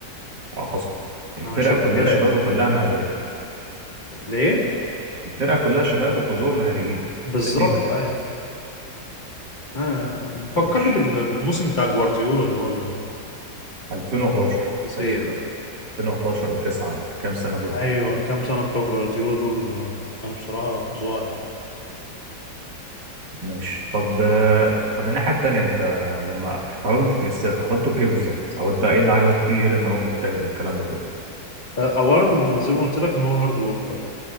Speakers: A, on the right; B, on the left.
A: اه حصل الفرقه
B: انا شايف
A: كلها
B: كده
A: شباب
B: يعني.
A: وكلها مهاريه
B: ليه
A: الفرقه كلها شباب وكلهم مهاريين
B: بالظبط
A: تقريبا يعني
B: ايوه آه،
A: مش
B: فكرني بال- بالموسم بتاع جوارديولا اللي هو ال-
A: 2011
B: الثلاثية
A: فاكر
B: ده
A: 2011 و9 والكام سنة دول
B: ايوه الكام سنة بتوع جوارديولا دول آه، كانوا بصراحة فظاع يعني
A: ماشي طب طب الناحية التانية انت لما احترمت كريستيانو احترمته في ايه بالظبط؟ او انت ايه اللي عجبك فيه غير ان هو مجتهد والكلام ده كله؟
B: آه، اولا زي ما قلت لك ان هو هارد وركر